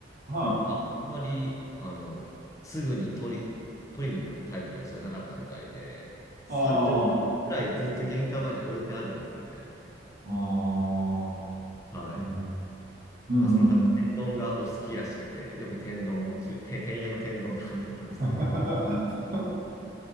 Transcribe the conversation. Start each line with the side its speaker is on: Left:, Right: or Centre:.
Right: はい。
Left: あんまり、あの、すぐに取り、取りに来るタイプの人がなかったみたいで、30分くらいずっと玄関前に置いてあるんですよね。
Right: ああ、あ
Left: はい。
Right: あ、ね、うんうんうん。
Left: まあ、その方、天丼がお好きらしくて、よく天丼をちゅ、て天屋の天丼頼んでたんですけど、
Right: <laughs>